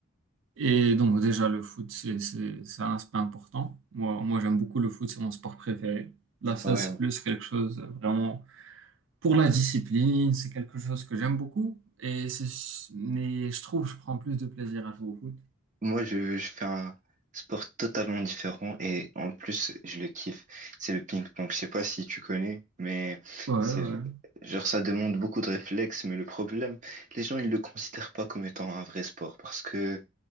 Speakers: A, on the right; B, on the right.
A: Et donc déjà le foot c'est c'est c'est un aspect important. Moi moi j'aime beaucoup le foot, c'est mon sport préféré. La salle
B: ouais.
A: c'est plus quelque chose euh, vraiment pour la discipline, c'est quelque chose que j'aime beaucoup. Et c'est mais je trouve que je prends plus de plaisir à jouer au foot.
B: Moi, je, je fais un sport totalement différent et en plus, je le kiffe. C'est le ping-pong. Je sais pas si tu connais, mais
A: Ouais
B: c'est
A: ouais.
B: genre ça demande beaucoup de réflexes. Mais le problème, les gens, ils le considèrent pas comme étant un vrai sport parce que